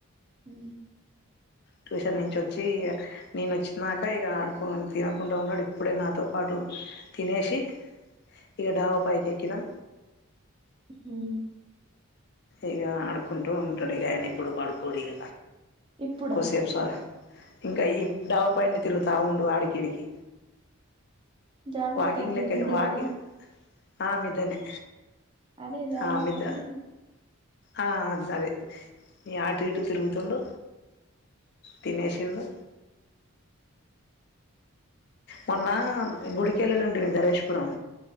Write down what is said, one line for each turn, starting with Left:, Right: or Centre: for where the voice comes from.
Right: మ్
Left: ట్యూషన్ నుంచి వచ్చి ఇగ నేను వచ్చినాక ఇగ ఆడుకో తినకుండా ఉన్నాడు ఇప్పుడే నాతో పాటు తినేసి ఇగ డాబ పైకేక్కినం
Right: మ్
Left: ఇగ ఆడుకుంటూ ఉంటడు ఇగ ఆయన ఇప్పుడు పడుకోడు ఇగ
Right: ఇప్పుడా
Left: కొసేపు స ఇంకా ఈ డాబ పైనే తిరుగుతా ఉండు ఆడికీడికి
Right: జాగ్రత్త
Left: వాకింగ్
Right: అండి
Left: లేక్కనే
Right: మిద్ది
Left: వాక్
Right: కదా
Left: ఆమిదనే
Right: అదే జాగ్రత్త
Left: ఆమిద్ద
Right: అంటున్నా
Left: అ సధి ఇగ ఆటు ఇటు తిరుగుతుండు తినేసిండు మొన్న గుడిక్ కెళ్ళినుంటిమీ ధరేష్ పురం